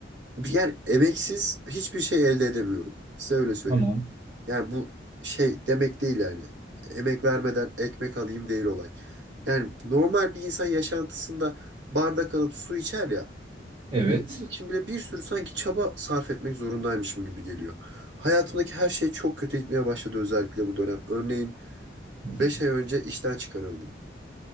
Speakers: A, on the right (about 80°); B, on the right (about 30°).
A: Bir- Yani emeksiz hiçbir şey elde edemiyorum. Size öyle söyleyeyim.
B: Tamam.
A: Yani bu şey demek değil yani. Emek vermeden ekmek alayım değil olay. Yani normal bir insan yaşantısında bardak alıp su içer ya.
B: Evet.
A: Bunun için bile bir sürü sanki çaba sarf etmek zorundaymışım gibi geliyor. Hayatımdaki her şey çok kötü gitmeye başladı özellikle bu dönem. Örneğin
B: Hı
A: 5
B: hı.
A: ay önce işten çıkarıldım.